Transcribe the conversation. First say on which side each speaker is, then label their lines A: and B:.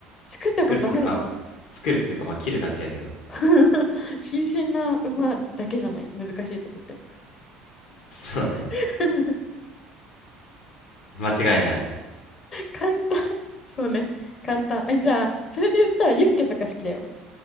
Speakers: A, on the left; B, on the left.
A: 作ったことあるな
B: 作るっつうか、作るっつうか、まあ切るだけやけど。
A: <laughs> 新鮮な馬だけじゃない難しいとこって
B: そうね。
A: <laughs>
B: 間違いない。
A: 簡単そうね簡単えじゃあそれで言ったらユッケとか好きだよ